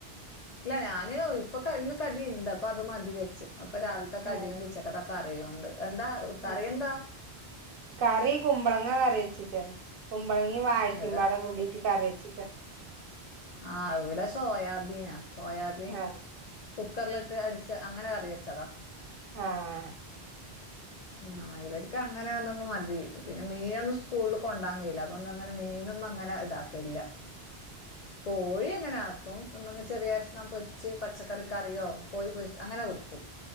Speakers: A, on the left; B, on the right.
A: ഇല്ല ഞാനേ ഇപ്പൊ ഇന്ന് കടി ഇണ്ട് അപ്പ അത് മതി വെച്ച് അപ്പൊ രാവിലത്തെക്ക കടിയുണ്ട്
B: ആഹ്
A: ഉച്ചക്കത്തെക്ക് കറിയോണ്ട് എന്താ കറിയ
B: ആഹ്
A: എന്താ
B: കറി കുമ്പളങ്ങ കറി വെച്ചക്ക കുമ്പളങ്ങി വായിക്കുമ്പോട
A: ഇവിടെ
B: കൂടിട്ട് കറി വെച്ചക്ക
A: ആഹ് ഇവിടെ സോയാബീനാ സോയാബീൻ
B: ആഹ്
A: കുക്കറില ഇട്ട് അടിച്ച് അങ്ങനെ കറി വെച്ചതാ
B: ആഹ്
A: ആഹ് ഇവർക്ക് അങ്ങനെ എന്തെങ്കിലും മതി പിന്നെ മീനൊന്നും സ്കൂളിൽ കൊണ്ടാൻ കഴിയില്ല അതുകൊണ്ടണ് ങ്ങനെ മീനൊന്നും അങ്ങനെ ഇതാക്കല്ല കോഴി അങ്ങനെ ആക്കും അപ്പം എന്തെങ്ക ചെറിയഷ്ണം പൊരിച്ച് പച്ചക്കറികറിയോ കോഴിപൊരിച്ച് അങ്ങനെ കൊടുക്കും